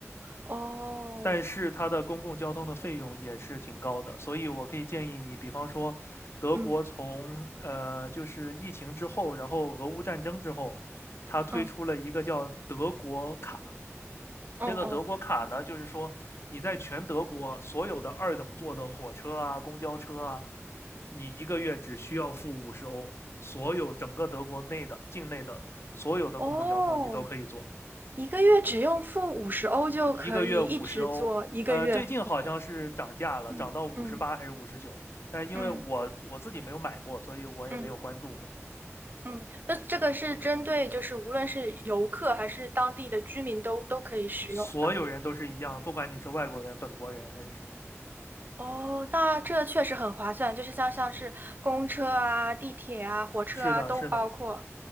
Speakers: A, on the right; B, on the left.
A: 哦，
B: 但是它的公共交通的费用也是挺高的，所以我可以建议你，比方说，德国从呃，
A: 嗯
B: 就是疫情之后，然后俄乌战争之后，它推出了一个叫德国卡，
A: 嗯嗯哦
B: 这个德国卡呢，就是说你在全德国所有的二等座的火车啊、公交车啊，你一个月只需要付五十欧，所有整个德国内的境内的所有的公共交通你都可以坐，
A: 哦，一个月只用付五十欧就可以一直做一个月。
B: 一个月五十欧。呃，最近好像是涨价了，
A: 嗯嗯
B: 涨到五十八还是五十九，但是因为我我自己没有买过，
A: 嗯
B: 所以我也没有关注过。
A: 嗯嗯，那这个是针对就是无论是游客还是当地的居民都都可以使用的。
B: 所有人都是一样，不管你是外国人、本国人还是什么。
A: 哦，那这确实很划算，就是像像是公车啊、地铁啊、火车啊都包括。
B: 是的，是的，